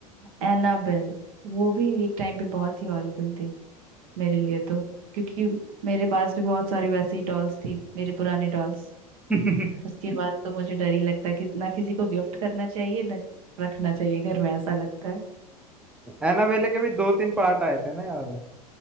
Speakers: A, on the right; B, in the centre.
A: एनाबेल वो भी एक टाइम पे बहुत ही हॉरिबल थी मेरे लिए तो क्योंकि मेरे पास भी बहुत सारी वैसी डॉल्स थी मेरे पुराने डॉल्स
B: <laughs>
A: उसके बाद तो मुझे डर ही लगता है कि ना किसी को गिफ्ट करना चाहिए ना रखना चाहिए घर में ऐसा लगता है
B: एनाबेले के भी दो तीन पार्ट आए थे ना यार